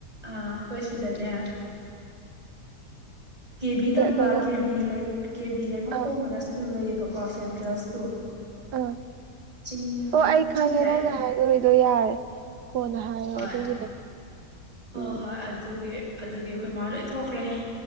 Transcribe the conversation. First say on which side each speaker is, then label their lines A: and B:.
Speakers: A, on the right (about 25°); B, on the right (about 80°).
A: ꯑꯥ ꯑꯩꯈꯣꯏ ꯁꯤꯗꯅꯦ ꯀꯦ ꯚꯕꯤ ꯇꯝꯕ
B: ꯀꯩꯅꯣ
A: ꯀꯦ ꯕꯤ ꯀꯦ ꯕꯤ ꯂꯩꯃꯈꯣꯡ
B: ꯑꯥ
A: ꯑꯅ ꯁ꯭ꯀꯨꯜ ꯂꯩꯌꯦꯕꯀꯣ ꯁꯦꯟꯇ꯭ꯔꯦꯜ ꯁ꯭ꯀꯨꯜ
B: ꯑꯥ
A: ꯆꯤꯡ
B: ꯑꯣ ꯑꯩ ꯈꯪꯉꯦ
A: ꯆꯤꯡ ꯗꯥꯏꯔꯦꯛ
B: ꯅꯪꯅ ꯍꯥꯏꯗꯣꯔꯤꯗꯣ ꯌꯥꯔꯦ ꯀꯣꯟꯅ ꯍꯥꯏꯌꯣ
A: ꯍꯣꯏ
B: ꯑꯗꯨꯒꯤꯗꯣ
A: ꯍꯣꯏ
B: ꯎꯝ
A: ꯍꯣꯏ ꯑꯗꯨꯒꯤ ꯑꯗꯨꯒꯤ ꯑꯩꯈꯣꯏ ꯃꯥꯥ ꯂꯣꯏ ꯊꯣꯛꯈ꯭ꯔꯦ